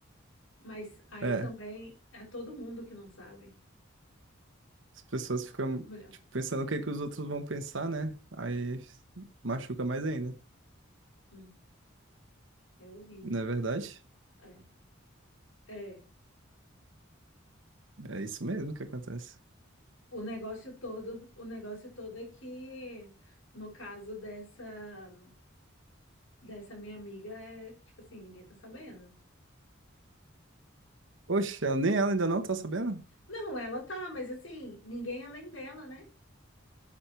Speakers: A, on the left; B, on the right.
A: Mas aí
B: É,
A: também é todo mundo que não sabe.
B: as pessoas ficam
A: Olha,
B: tipo, pensando o que que os outros vão pensar, né? Aí machuca mais ainda,
A: hum, é horrível.
B: não é verdade?
A: É, é.
B: É isso mesmo que acontece.
A: O negócio todo, o negócio todo é que, no caso dessa, dessa minha amiga, é tipo assim, ninguém tá sabendo.
B: Oxe, ela- nem ela ainda não tá sabendo?
A: Não, ela tá, mas assim, ninguém além dela, né?